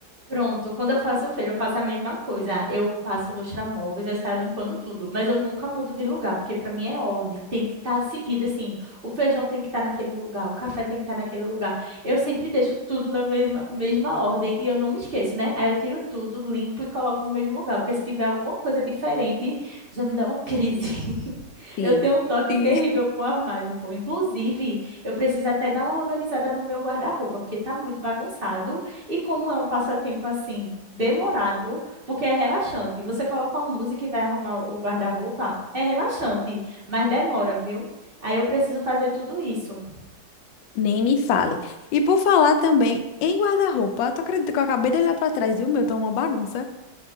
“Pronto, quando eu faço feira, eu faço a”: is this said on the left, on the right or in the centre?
Right